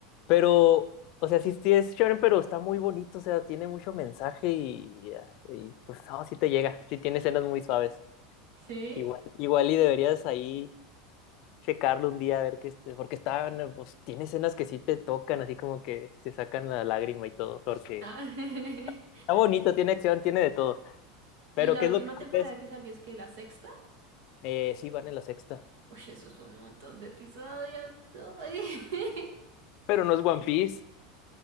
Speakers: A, on the left; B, on the right.
A: Pero, o sea, sí, sí es shonen, pero está muy bonito, o sea, tiene mucho mensaje y, y, pues no, sí te llega, sí tiene escenas muy suaves.
B: ¿Sí?
A: Igual, igual y deberías ahí checarlo un día a ver qué este, porque estaban, pues tiene escenas que sí te tocan, así como que te sacan la lágrima y todo, porque
B: Ah, <laughs>
A: está bonito, tiene acción, tiene de todo.
B: Y
A: Pero
B: la
A: ¿qué
B: última
A: es lo que
B: temporada
A: más ves?
B: que salió es que la sexta.
A: Eh, sí, van en la sexta.
B: Uy, eso es un montón de episodios. no. <laughs>
A: Pero no es One Piece.